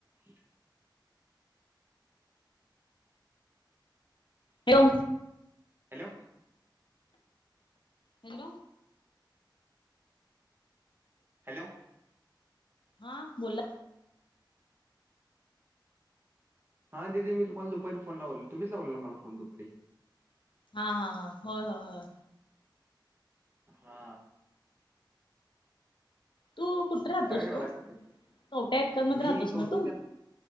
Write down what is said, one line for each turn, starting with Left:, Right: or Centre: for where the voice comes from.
Right: ह
Left: हेलो
Right: हॅलो
Left: हॅलो
Right: हॅलो
Left: हा बोला
Right: हां दिदी मी तुम्हाला दुपारी फोन लावलेलो तुम्हीच लावलेला मला फोन दुपारी
Left: हा हा हा होय होय होय
Right: हा
Left: तू कुठे राहतोस
Right: काय करायलाय
Left: तू
Right: सध्या?
Left: शवट्या एकर मध्ये
Right: मी
Left: राहतोस
Right: कवठे
Left: ना तू